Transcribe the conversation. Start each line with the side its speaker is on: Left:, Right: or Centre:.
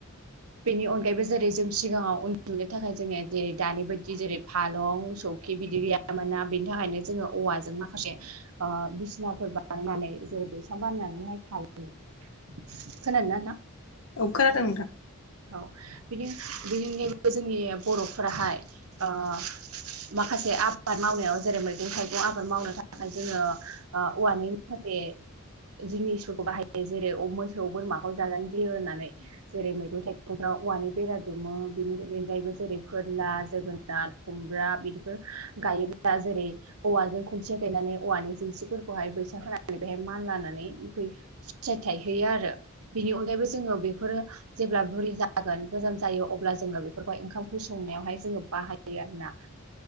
Right: बेनि अनगायैबो जेरै जों सिगाङाव उन्दुनो थाखाय जोङो जेरै दानि बायदि जेरै फालं सौखि बिदि गैया मोनना बेनि थाखायनो जोङो औवाजों माखासे ओ बिस नाफोर बानायनानै जेरै बैसां बानायनानैहाय थायोमोन खोनादो ना नोंथां?
Left: औ खोनादों नोंथां।
Right: औ बिदिनो बेनि अनगायैबो जोंनि बर'फोराहाय ओ माखासे आबाद मावनायाव जेरै मैगं थाइगं आबाद मावनो थाखाय जोङो ओ औवानि माखासे जिनिसफोरखौ बाहायो जेरै मोसौ बोरमाखौ जाजानो गियो होननानै। जेरै मैगं थाइगंफ्राव औवानि बेरा दुमो बिनि बेनगायैबो जेरै फोरला जोगो नार खुमब्रा बिदिफोर गायोब्ला जेरै औवाजों खुन्थिया गायनानै औवानि जिंसिफोरखौहाय बैसां होनानानै बेहाय मान लानानै फिथाइ थाइहोयो आरो बिनि अनगायैबो जोङो बेफोरो जेब्ला बुरि जागोन गोजाम जायो अब्ला जोङो बेफोरखौ ओंखाम ओंख्रि संनायावहाय जोङो बाहायो आरोना।